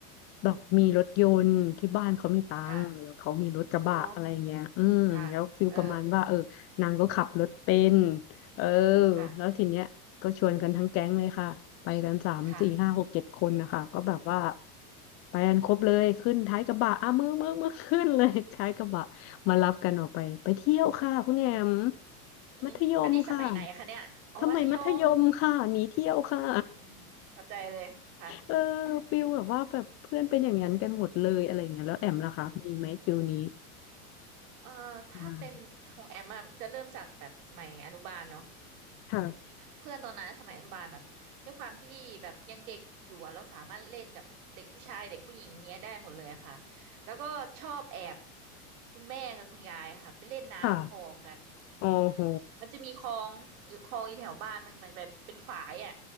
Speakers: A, on the left (about 30°); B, on the right (about 65°).
A: แบบมีรถยนต์ที่บ้านเขามีตังค์แล้วเขามีรถกระบะอะไรเงี้ยอืมแล้วฟิลประมาณว่าเออนางก็ขับรถเป็น
B: ค่ะอ๋อค่ะ เออ
A: เออ
B: ค่ะ
A: แล้วทีเนี้ยก็ชวนกันทั้งแก๊งเลยค่ะไปกันสามสี่ห้าหกเจ็ดคนนะคะก็แบบว่า
B: ค่ะ
A: ไปกันครบเลยขึ้นท้ายกระบะอ่ะมึงมึงมึงขึ้นเลยท้ายกระบะมารับกันออกไปไปเที่ยวค่ะคุณแอม
B: อืมอันนี้สมัยไหนคะเนี่ยอ๋อมัธยม
A: มัธยมค่ะทำไมมัธยมค่ะหนีเที่ยวค่ะ
B: อืมอืมเข้าใจเลยค่ะ
A: เออฟิลแบบว่าแบบเพื่อนเป็นอย่างนั้นกันหมดเลยอะไรอย่างเงี้ยแล้วแอมล่ะคะมีไหมฟิลนี้
B: อืมเอ่อถ้าเป็นของแอมอะจะเริ่มจากแบบสมัยอนุบาลเนาะ
A: ใช่ค่ะ
B: เพื่อนตอนนั้นสมัยอนุบาลแบบด้วยความที่แบบยังเด็กอยู่อะเราสามารถเล่นกับเด็กผู้ชายเด็กผู้หญิงเงี้ยได้หมดเลยอะค่ะแล้วก็ชอบแอบคุณแม่กับคุณยายค่ะไปเล่นน้ำคลองกัน
A: ค่ะโอ้โห
B: อืมมันจะมีคลองอยู่คลองอยู่แถวบ้านมันเหมือนแบบเป็นฝายอ่ะ